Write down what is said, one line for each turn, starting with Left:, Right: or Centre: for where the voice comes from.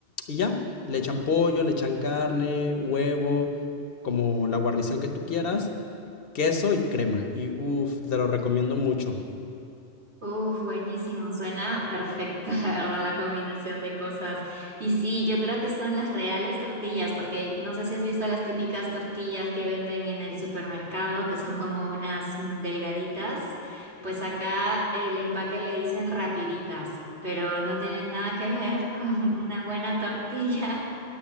Left: y ya, le echan pollo, le echan carne, huevo, como la guarnición que tú quieras, queso y crema, y uff, te lo recomiendo mucho.
Right: Uf, buenísimo, suena perfecta, <laughs> la verdad, la combinación de cosas. Y sí, yo creo que son las reales tortillas, porque no sé si has visto las típicas tortillas que venden en el supermercado, que son como unas mm, delgaditas. Pues acá el empaque le dicen rapiditas, pero no tienen nada que ver <laughs> con una buena tortilla.